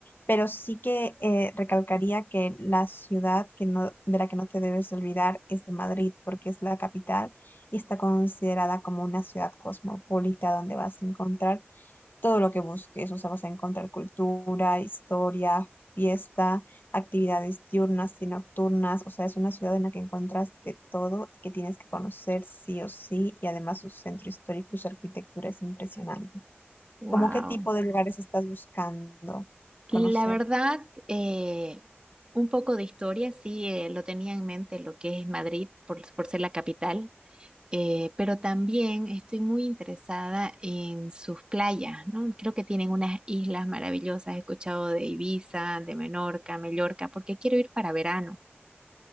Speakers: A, on the left; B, on the right.
A: pero sí que eh, recalcaría que la ciudad que no, de la que no te debes olvidar es de Madrid porque es la capital y está considerada como una ciudad cosmopolita donde vas a encontrar todo lo que busques, o sea, vas a encontrar cultura, historia, fiesta, actividades diurnas y nocturnas, o sea, es una ciudad en la que encuentras de todo y que tienes que conocer sí o sí, y además su centro histórico y su arquitectura es impresionante.
B: Wow.
A: ¿Cómo qué tipo de lugares estás buscando
B: La
A: conocer?
B: verdad, eh, un poco de historia, sí, eh, lo tenía en mente lo que es Madrid por, por ser la capital, eh, pero también estoy muy interesada en sus playas, ¿no? Creo que tienen unas islas maravillosas. He escuchado de Ibiza, de Menorca, Mallorca, porque quiero ir para verano.